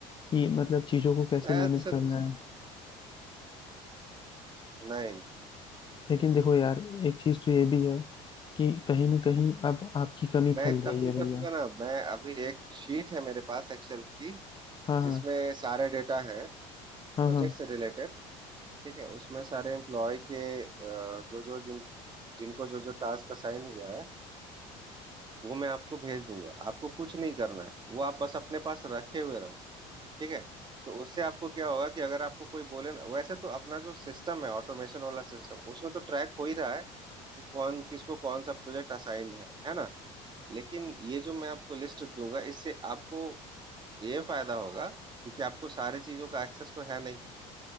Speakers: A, on the left; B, on the right.
A: कि मतलब चीज़ों को कैसे
B: ऐसा
A: मैनेज करना
B: कुछ
A: है
B: नहीं
A: लेकिन देखो यार एक चीज़ तो ये भी है कि कहीं ना कहीं अब आपकी कमी
B: मैं
A: खल
B: काम
A: रही है
B: करूंगा
A: भैया
B: ना मैं अभी एक शीट है मेरे पास एक्सेल की
A: हाँ हाँ
B: जिसमें सारे डेटा है
A: हाँ
B: प्रोजेक्ट
A: हाँ
B: से रिलेटेड ठीक है उसमें सारे एम्प्लॉय के अ, जो जो जिन जिनको जो जो टास्क असाइन हुआ है वो मैं आपको भेज दूंगा आपको कुछ नहीं करना है वो आप बस अपने पास रखे हुए रहो ठीक है तो उससे आपको क्या होगा कि अगर आपको कोई बोले ना वैसे तो अपना जो सिस्टम है ऑटोमेशन वाला सिस्टम उसमें तो ट्रैक हो ही रहा है कि कौन किसको कौन सा प्रोजेक्ट असाइंड है है ना लेकिन ये जो मैं आपको लिस्ट दूंगा इससे आपको ये फायदा होगा क्योंकि आपको सारी चीजों का एक्सेस तो है नहीं